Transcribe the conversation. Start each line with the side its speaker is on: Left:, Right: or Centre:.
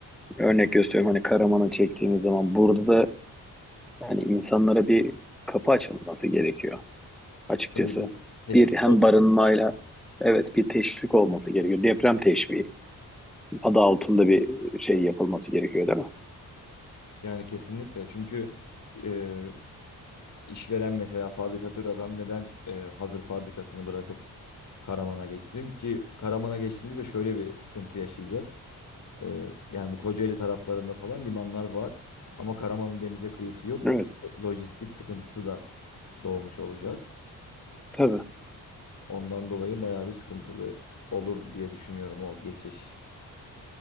Centre: Örnek gösteriyorum hani Karaman'ı çektiğimiz zaman burada da hani insanlara bir kapı açılması gerekiyor açıkçası.
Left: Tabii bir teşvik
Centre: Bir hem
Left: olur.
Centre: barınmayla evet bir teşvik olması gerekiyor. Deprem teşviki adı altında bir şey yapılması gerekiyor değil mi?
Left: Yani kesinlikle çünkü e, İşveren mesela fabrikatör adam neden e, hazır fabrikasını bırakıp Karaman'a geçsin ki Karaman'a geçtiğinde de şöyle bir sıkıntı yaşayacak. E, yani bu Kocaeli taraflarında falan limanlar var ama Karaman'ın denize kıyısı yok.
Centre: Evet
Left: Lojistik sıkıntısı da doğmuş olacak.
Centre: tabii.
Left: Ondan dolayı bayağı bir sıkıntılı olur diye düşünüyorum o geçiş.